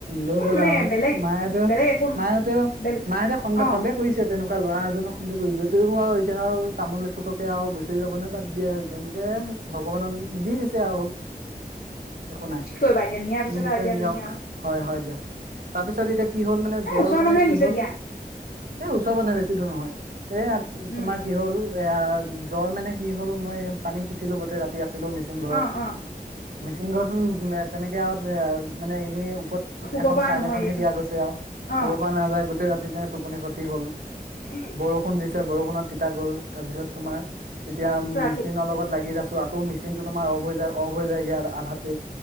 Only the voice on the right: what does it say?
লৈ
গ'ল
আও
মাহঁতে
মাহঁতে
মাহঁতে সন্দেহ
সন্দেহ ছে তেনেকুৱা ল'ৰা এজনক সন্দেহ কৰিছে যতেও আৰু এতিয়া আৰু তামোল এ থোককে আৰু বিচাৰি যাবলে বাদ দিয়ে এন্তে ভগৱানক দি দিছে আৰু একো নাই
নিচে
নিয়ক
হয় হয় দিয়া তাৰপিছত এতিয়া কি হ'ল মানে
জ্বৰ
মানে
কি
হ'ল
এই ওচৰ মানে বেছি দূৰ নহয় এয়া
তোমাৰ কি হ'ল এয়া জ্বৰ মানে কি হ'ল মই পানী সিচিলো গোটেই ৰাতি সিচিলো মিচিং ঘৰত
মিচিং ঘৰটো তেনেকে আ এ মানে এনে ওপৰত
এখন
ছাল
এখন
হে দিয়া গৈছে আৰু
শুব পৰা নাযায় গোটেই ৰাতি টোপনি খটি কি হ'ল?
বৰষুণ দিছে বৰষুণত তিতা গ'ল তাৰপিছত তোমাৰ এতিয়া মেচিনৰ
লগত লাগি আছো ত আকৌ মেচিন টো তোমাৰ অফ হৈ যায় অফ হৈ যায়গে আধাতে